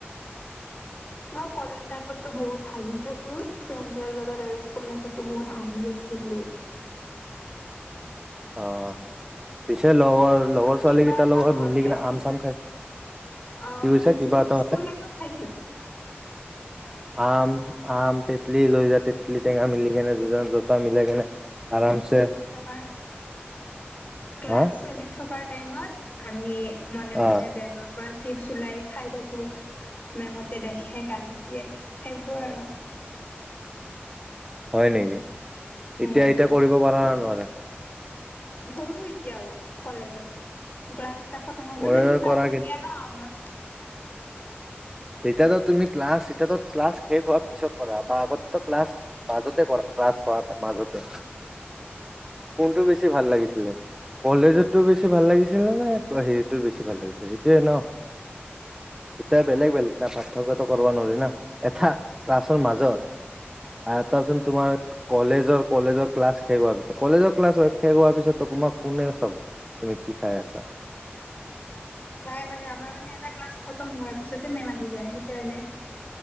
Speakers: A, on the left; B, on the right.
A: মই কলেজ লাইফতো বহুত হাই থাকো ফ্ৰেডৰ লগত আৰু স্কুল লাইফত বহুত হাঁহি আছিলো।
B: অ পিছে লগৰ লগৰ ছোৱালীকেইটাৰ
A: কিবা এটা
B: লগৰ
A: হলে
B: মিলিকনে আম চাম খাই
A: অ
B: কি কৈছা
A: খাইছিলো
B: কিবা এটা
A: স্কুল
B: হলে
A: লাইফত খাইছিলো।
B: আম আম ইটলি লৈ যা ইটলি টেঙা মিলি কেনে দুজন দুটা মিলাই কেনে আৰামছে
A: টকাৰ ক্লাছ
B: হা
A: চলি থকা টাইমত আমি মনে
B: অ
A: মনে বেগৰ পৰা চিপছ ওলাই খাই থাকো মেমহতে দেখে গালি দিয়ে এইবোৰ আৰু
B: হয় নেকি
A: উম
B: এতিয়া এতিয়া কৰিব পৰা নাই নোৱাৰা।
A: কৰো এতিয়াও কলেজত ক্লাছ এটা খতম হ
B: কৰা
A: মানে ন
B: কৰা কিন্তু
A: আমাক
B: তেতিয়াতো তুমি ক্লাছ তেতিয়াতো ক্লাছ শেষ হোৱাৰ পিছত কৰা আগতো ক্লাছ মাজতে কৰা ক্লাছ হ মাজতে, কোনটো বেছি ভাল লাগিছিলে? কলেজতো বেছি ভাল লাগিছিলে নে হেৰিতটো বেছি ভাল লাগিছিল সেইটোয়ে ন দুইটায়ে বেলেগ বেলেগ। পাৰ্থক্যটো কৰিব নোৱাৰি না, এটা ক্লাছৰ মাজত এটা যোন তোমাৰ কলেজৰ কলেজৰ ক্লাছ শেষ হোৱাৰ পিছত কলেজৰ ক্লাছ শেষ হোৱাৰ পিছত তোমাক কোনে চাব। তুমি কি খাই আছা‌?
A: নাই মানে আমাৰ মানে এটা ক্লাছ খতম হোৱাৰ পিছতে মেম আহি যায় সেইকাৰণে